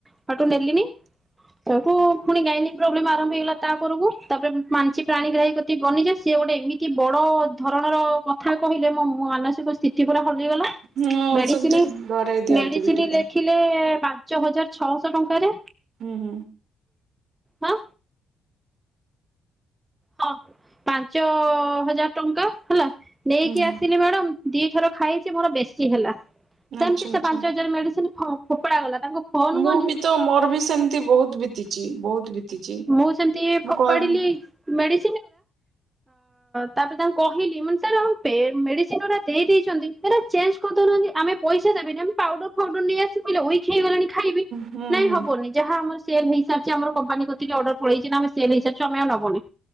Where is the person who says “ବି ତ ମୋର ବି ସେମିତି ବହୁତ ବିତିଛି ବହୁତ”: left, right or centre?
Right